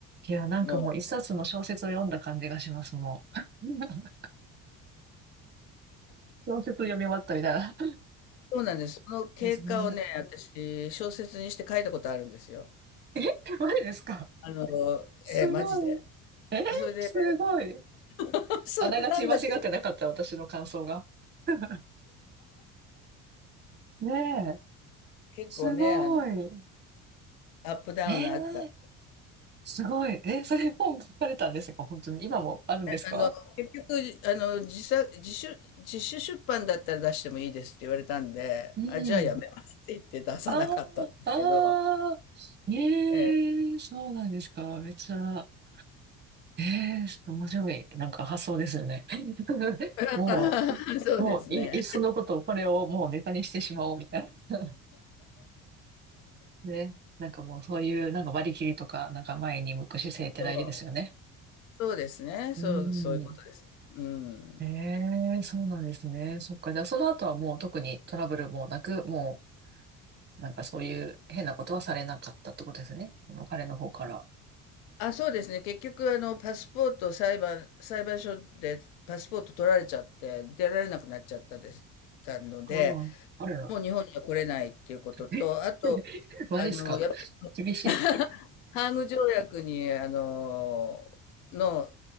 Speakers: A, on the right (about 25°); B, on the left (about 75°).
A: いや、なんかもう一冊の小説を読んだ感じがします、
B: もう。
A: もう。<laughs> 小説読み終わったみたいな。
B: そうなんです。その経過をね、
A: ですね。
B: 私、小説にして書いたことあるんですよ。
A: え、マジですか
B: あの、
A: すごい。
B: えーマジで。
A: え、
B: それで、
A: すごい。
B: <laughs> そそれなんだけど、
A: あながち間違ってなかった、私の感想が。<laughs> ねえ、
B: 結構ね、
A: すごい。
B: あの、アップダウンがあった。
A: ええ、すごい。え、それ本書かれたんですか本当に。今もあるんですか
B: あの、結局、あの、自作、自主、自主出版だったら出してもいいですって言われたんで、
A: うん。
B: あ、じゃあやめますって言って出さなかったんですけど、
A: ああ、ああ、ええそうなんですか。
B: ええ
A: めっちゃ、ええ面白い。なんか発想ですよね。<laughs>
B: <laughs>。
A: も
B: そうですね。
A: う、もうい、いっそのこと、これをもうネタにしてしまおうみたいな。<laughs> ね。なんかもうそういう、なんか割り切りとか、なんか前に向く姿勢って大事ですよね。
B: そう。そうですね。
A: うん。
B: そう、そういうことですね。うん。
A: ええそうなんですね。そっか。じゃあその後はもう特にトラブルもなく、もう、なんかそういう変なことはされなかったってことですね。その彼の方から。
B: あ、そうですね。結局、あの、パスポートを裁判、裁判所でパスポート取られちゃって、出られなくなっちゃったです、たので、
A: ああ、あらら
B: もう日本には来れないっていうことと、
A: え
B: あと、
A: <laughs> マジっすか厳しい。
B: あの、やっぱり <laughs> ハーグ条約に、あの、の、